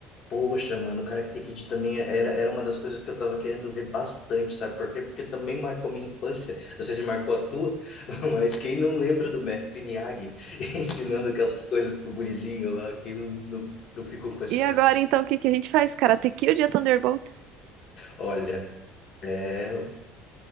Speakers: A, on the left; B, on the right.
A: Poxa, mano, o Karate Kid também é, era, era uma das coisas que eu tava querendo ver bastante, sabe por quê? Porque também marcou minha infância. Não sei se marcou a tua, <laughs> mas quem não lembra do mestre Miyagi <laughs> ensinando aquelas coisas pro gurizinho lá, quem não, não, não ficou com essa.
B: E agora, então, o que que a gente faz? Karate Kid ou Thunderbolts?
A: Olha, é.